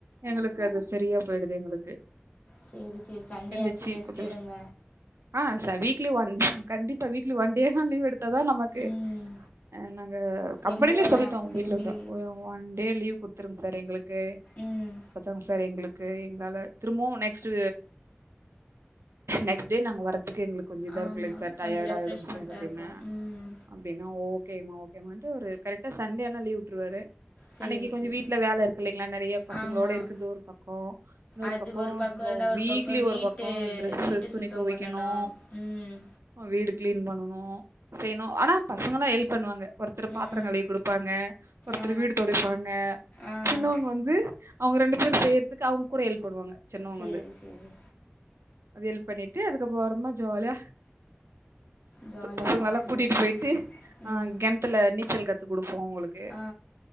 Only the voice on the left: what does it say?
சேரி சேரி சண்டேயாச்சு
ரெஸ்ட்
எடுங்க
ம்
தெம்பு
வரும்
திரும்பி
ம்
ஆமாம்
கொஞ்சம்
ரெஃப்ரெஷ்மெண்ட்டாக
இருக்கும் ம்
சரி
சரி
ஆமாம்
அது
ஒரு பக்கம் இருந்தால் ஒரு
பக்கம்
வீட்டு
வீட்டு
சுத்தம்
பண்ணணும் ம்
ம்
ஆ
ஆ
சேரி
சேரி
ஜாலியா
ஹாப்பியா
ம்
ஆ